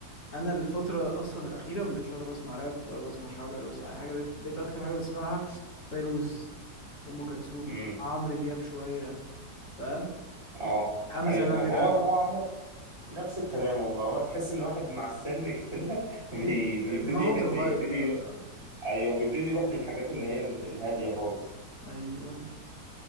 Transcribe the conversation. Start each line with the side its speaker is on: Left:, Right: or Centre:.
Left: انا الفتره اصلا الاخيره ما بقتش ولا بسمع راب ولا بسمع شعبي ولا بسمع اي حاجه بقيت بقيت اكتر حاجه بسمعها فيروز ام كلثوم
Right: امم
Left: عمرو دياب شويه فاهم
Right: اه
Left: حمزه
Right: ايوه فاهم
Left: نمره
Right: هو هو عمو نفس الكلام والله هو تحس ان واحد مع السن كده <laughs> بي- بيبتدي
Left: آه، دماغه
Right: يحس
Left: بتتغير
Right: يبتدي
Left: اه
Right: ايوه بيبتدي يروح للحاجات اللي هي ال- الهاديه خالص
Left: ايوه